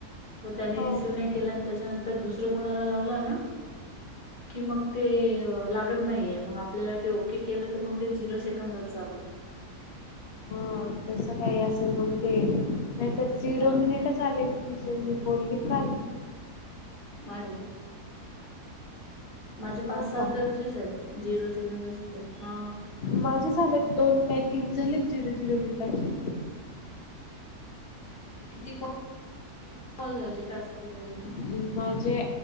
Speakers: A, on the left; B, on the left.
A: तर त्यानी
B: हो
A: रिसीव नाही केला आणि त्यांच्यानंतर दुसरं कोणाला लावला ना की मग ते लागत नाहीये मग आपल्याला ते ओके केलं तर मग ते झिरो सेकंदच चाललं
B: हा तस काही असेल मग ते नाहीतर झिरो
A: झाला म
B: मिनिट
A: माझ
B: चालेत तिचे मी बोलली काल
A: माझ. माझे
B: हो
A: पाच सात
B: का
A: तसेच आहेत झिरो सेकंदशीच आहेत हा.
B: माझे झालेत दोन काही तीन झाले झिरो झिरो मिनिटांचे.
A: कितील झाले तास तज परण
B: म्हणजे.